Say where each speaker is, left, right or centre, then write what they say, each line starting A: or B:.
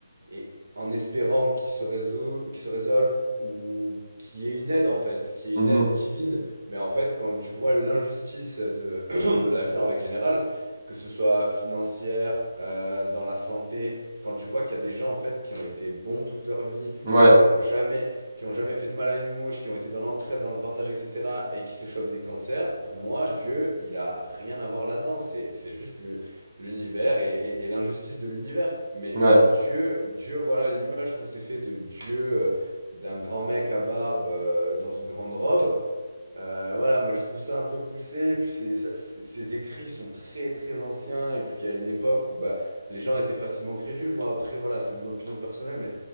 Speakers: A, on the right; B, on the right.
A: et en espérant qu'ils se résolvent, qu'ils se résolvent ou qu'il y ait une aide, en fait, qu'il y
B: Mhm.
A: ait une aide divine. Mais en fait, quand tu vois l'injustice de, <clears throat> de la vie en règle générale, que ce soit financière, euh, dans la santé, quand tu vois qu'il y a des gens en fait qui ont été bons toute leur vie,
B: Ouais.
A: qui ont jamais, qui ont jamais fait de mal à une mouche, qui ont été dans l'entraide, dans le partage, etc., et qui se chopent des cancers, pour moi, Dieu, il a rien à voir là-dedans. C'est, c'est juste l'univers et, et, et l'injustice de l'univers. Mais,
B: Ouais.
A: mais Dieu, Dieu, voilà l'image qu'on s'est fait de Dieu, euh, d'un grand mec à barbe euh, dans une grande robe. Euh, voilà, moi je trouve ça un peu poussé, et puis c'est- ça- c'est- ces écrits sont très très anciens, et puis à une époque où bah, les gens étaient facilement crédules. Moi après, voilà, c'est mon opinion personnelle, mais